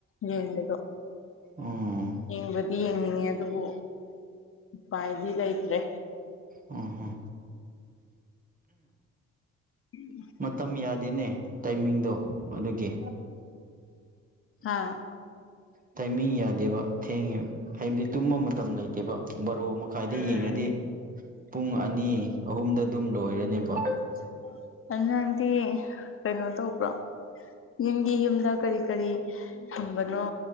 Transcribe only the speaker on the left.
ꯌꯦꯡꯕꯗꯣ
ꯌꯦꯡꯕꯗꯤ ꯌꯦꯡꯅꯤꯡꯉꯦ ꯑꯗꯨꯕꯨ ꯎꯄꯥꯏꯗꯤ ꯂꯩꯇ꯭ꯔꯦ
ꯎꯝ
ꯍꯥꯥ
ꯎꯝ
<unintelligible> ꯅꯪꯗꯤ ꯀꯩꯅꯣ ꯇꯧꯕ꯭ꯔꯣ ꯅꯪꯒꯤ ꯌꯨꯝꯗ ꯀꯔꯤ ꯀꯔꯤ ꯊꯝꯕꯅꯣ